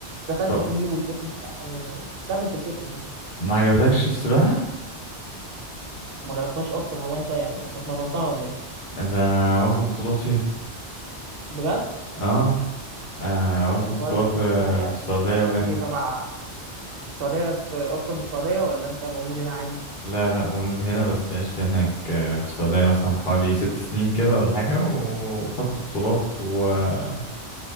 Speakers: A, on the right (about 60°); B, on the left (about 50°).
A: دخلت
B: طب
A: فيه والفتنس عشان كمل في الفتنس بس مش
B: ما عجبتكش السباحه
A: ما جربتهاش اصلا هو انت يعني انت اتمرنتها ولا ايه
B: انا واخد بطولات فيها
A: بجد
B: اه, آه واخد
A: طب كويس
B: بطولات
A: والله
B: آه،
A: يعني
B: في السعوديه وهنا
A: قلت ايه تبع السعودية أنت أصلا من السعودية ولا أنت مولود هنا عادي؟
B: لا لا مولود هنا بس عشت هناك آه، في السعوديه مثلا حوالي ست سنين كده ولا حاجه وخدت بطولات وكملت